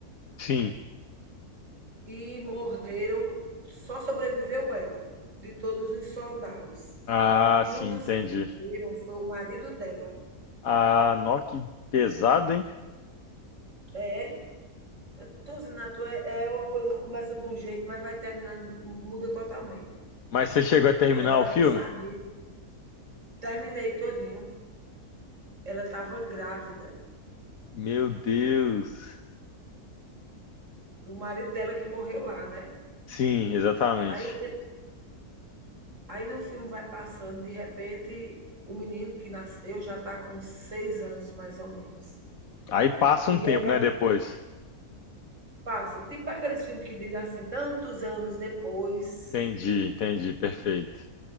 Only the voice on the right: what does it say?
E morreram, só sobreviveu ela, de todos os soldados.
E
um dos
que morreram foi o marido dela.
É Tô zinato é, é uma coisa que começa de um jeito, mas vai terminando, muda totalmente.
Aí ela
não
sabia. Terminei todinho. Ela estava grávida
do marido dela que morreu lá, né?
Aí, o tempo, aí no filme vai passando, de repente, o menino que nasceu já está com seis anos, mais ou menos.
E
ela
passa, tipo aqueles filmes que diz assim, tantos anos depois,